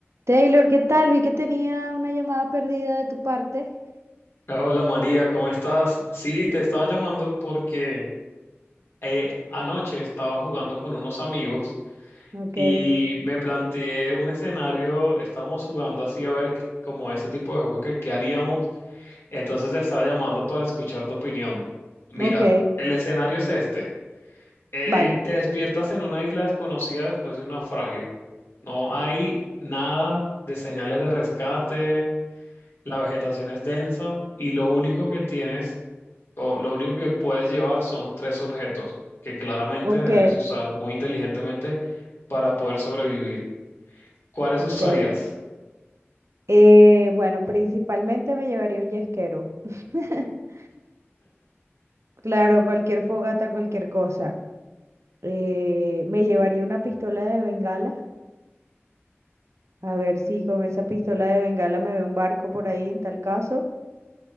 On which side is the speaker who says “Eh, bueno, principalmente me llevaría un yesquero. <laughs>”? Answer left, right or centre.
Right